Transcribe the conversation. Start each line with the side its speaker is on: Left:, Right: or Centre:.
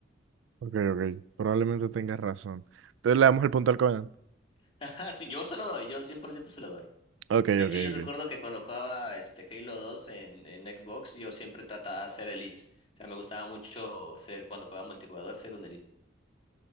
Right: Ok, ok, probablemente tengas razón. Entonces le damos el punto al Covenant.
Left: <laughs> Ajá, sí, yo se lo doy, yo 100% se lo doy.
Right: Ok, ok,
Left: De hecho, yo recuerdo
Right: ok.
Left: que cuando jugaba este Halo 2 en, en Xbox, yo siempre trataba de hacer elites. O sea, me gustaba mucho ser, cuando jugaba multijugador, ser un elite.